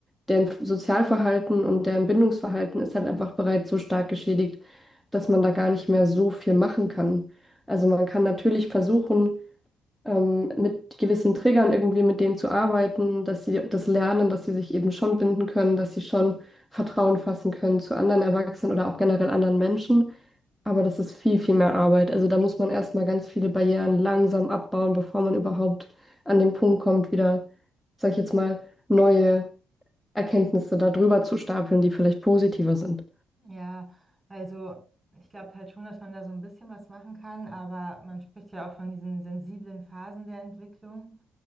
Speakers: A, in the centre; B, on the right (about 15°).
A: deren Sozialverhalten und deren Bindungsverhalten ist halt einfach bereits so stark geschädigt, dass man da gar nicht mehr so viel machen kann. Also man kann natürlich versuchen, ähm, mit gewissen Triggern irgendwie mit denen zu arbeiten, dass sie das lernen, dass sie sich eben schon binden können, dass sie schon Vertrauen fassen können zu anderen Erwachsenen oder auch generell anderen Menschen. Aber das ist viel, viel mehr Arbeit. Also da muss man erstmal ganz viele Barrieren langsam abbauen, bevor man überhaupt an den Punkt kommt, wieder, sag ich jetzt mal, neue Erkenntnisse darüber zu stapeln, die vielleicht positiver sind.
B: Ja, also ich glaube halt schon, dass man da so ein bisschen was machen kann, aber man spricht ja auch von diesen sensiblen Phasen der Entwicklung.